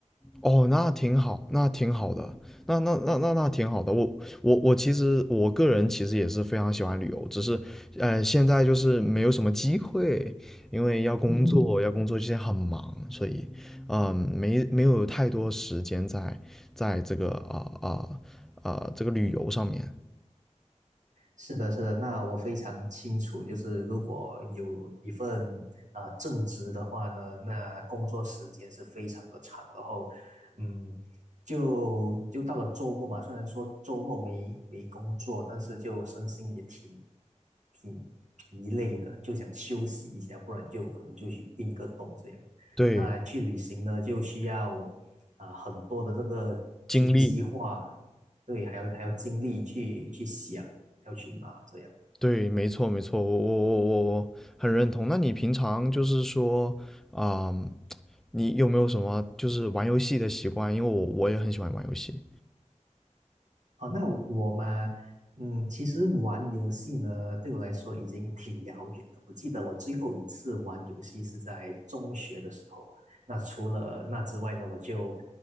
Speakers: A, in the centre; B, on the right (about 70°).
A: 哦，那挺好，那挺好的，那那那那那挺好的。我我我其实我个人其实也是非常喜欢旅游，只是呃现在就是没有什么机会，因为要工作，
B: 嗯，
A: 要工作，现在很忙，所以嗯、没没有太多时间在在这个啊啊啊这个旅游上面，
B: 是的，是的，那我非常清楚，就是如果有一份啊正职的话呢，那工作时间是非常的长，然后，嗯，就就到了周末嘛，虽然说周末没没工作，但是就身心也挺挺疲累的，就想休息一下，不然就可能就去运个动这样。
A: 对，
B: 那去旅行呢，就需要啊、很多的这个去计划，
A: 经历。
B: 对，还有还有精力去去想。要去哪这样。
A: 对，没错，没错，我我我我我很认同。那你平常就是说，啊、你有没有什么就是玩游戏的习惯？因为我我也很喜欢玩游戏。
B: 哦，那我嘛，嗯，其实玩游戏呢，对我来说已经挺遥远的。我记得我最后一次玩游戏是在中学的时候吧。那除了那之外呢，我就，